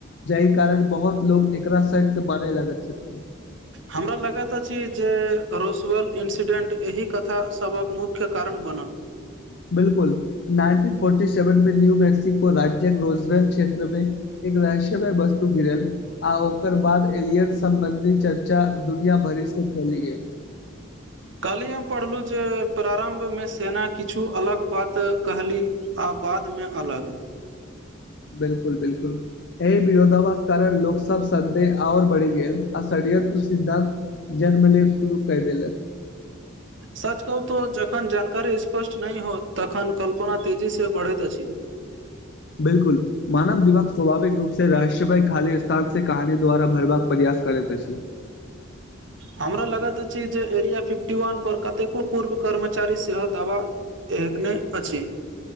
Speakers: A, on the left (about 55°); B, on the right (about 70°).
A: जाहि कारण बहुत लोग एकरा सक्त माने लगत छथिन
B: हमरा लगैत अछि जे रोसअल इन्सिडेंट एहि कथासभक मुख्य मुख्य कारण बनल
A: बिल्कुल नाइनटीन फोर्टी सेवन मे न्यू मैक्सिको राज्यक रोजवेल क्षेत्रमे एक रहस्य मय वस्तु गिरल आ ओकर बाद एलियन सम्बन्धी चर्चा दुनिया भरि से फैल गेल <inaudible>
B: कलही हम पढ़लू जे प्रारम्भ मे सेना किछु अलग बात कहलिन आ बाद में अलग
A: बिल्कुल बिल्कुल एहि विरोधावास कारण लोकसभ संदेह और बढ़ि गेल आ षड्यंत्र सिद्धान्त जन्म लेब शुरू क देलक
B: सच कहूत जखन जानकारी स्पष्ट नहि होत तखन कल्पना तेजी से बढ़ैत अछि
A: बिल्कुल मानव दिमाग स्वभाविक रूप से रहस्य भाय खाली स्थान से कहानी द्वारा भरबाक प्रयास करैत छी
B: हमरा लगैत अछि जे एरिया फिफ्टी वन पर कतेको पूर्व कर्मचारी सेहो दवा <unintelligible> अछि